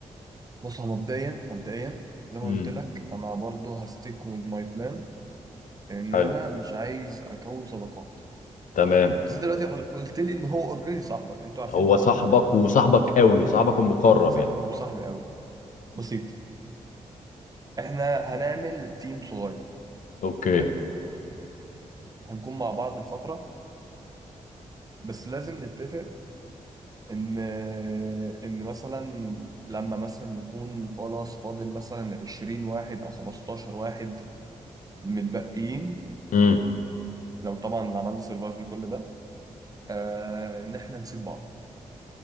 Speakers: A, on the right; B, on the left.
A: بص هو مبدئيا مبدئيا زي ما
B: امم
A: قلت لك انا برضه هستيك ويز ماي بلان ان
B: حلو
A: انا مش عايز اكون صداقات
B: تمام
A: بس انت دلوقتي قل- قلت لي ان هو اوريدي صاحبك انتوا عارفين
B: هو
A: بعض
B: صاحبك
A: اوريدي يعني
B: وصاحبك قوي صاحبك المقرب
A: صاحبي
B: يعني
A: وصاحبي قوي بسيط احنا هنعمل تيم صغير
B: اوكي
A: حلو هنكون مع بعض الفترة بس لازم نتفق ان ان مثلا لما مثلا نكون خلاص فاضل مثلا 20 واحد او 15 واحد متبقيين
B: امم
A: لو طبعا عملنا سرفايف لكل ده آه ان احنا نسيب بعض